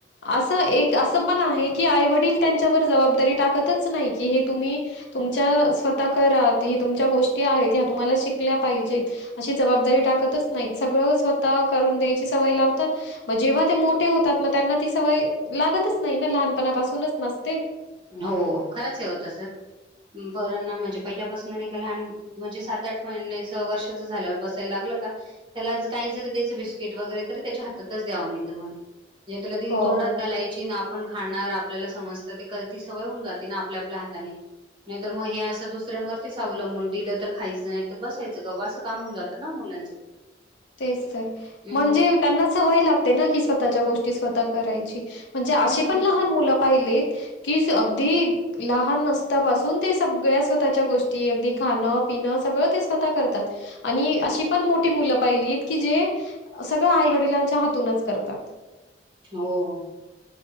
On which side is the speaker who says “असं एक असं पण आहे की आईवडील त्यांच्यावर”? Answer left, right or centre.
Left